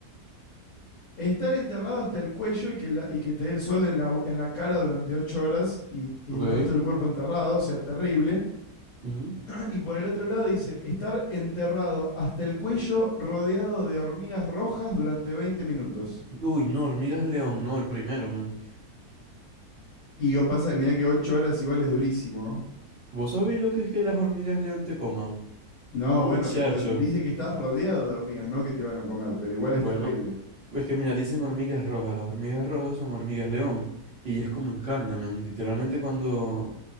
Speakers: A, on the left; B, on the right.
A: Estar enterrado hasta el cuello y que, la- y que te dé el sol en la, en la cara durante ocho horas y, y
B: Ok.
A: el resto del cuerpo enterrado, o sea, terrible.
B: Ujú.
A: Y por el otro lado dice, estar enterrado hasta el cuello rodeado de hormigas rojas durante 20 minutos.
B: Uy, no, hormigas león, no, el primero, man.
A: Y yo pasa que mira que ocho horas igual es durísimo.
B: ¿Vos sabéis lo que es que las hormigas león te coman?
A: No,
B: Muchacho.
A: bueno, pero dice que estás rodeado de hormigas, no que te van a comer, pero igual
B: Bueno,
A: es terrible.
B: es que mira, dicen hormigas rojas. Las hormigas rojas son hormigas león. Y ellas comen carne, man. Literalmente cuando,